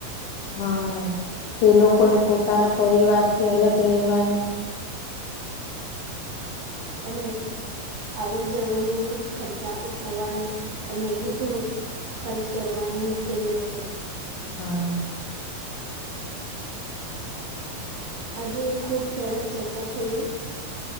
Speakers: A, on the left (about 75°); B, on the right (about 85°).
A: હા તે લોકોને પોતાના પરિવારથી અલગ રહેવાની
B: અને આવન જવન ન ખર્ચા ઉઠાવવાનું અને વધુ ખર્ચ કરવાની મુશ્કેલી ના પડીે
A: હા હ
B: હજ ખુબ સરસ ચર્ચા થઈ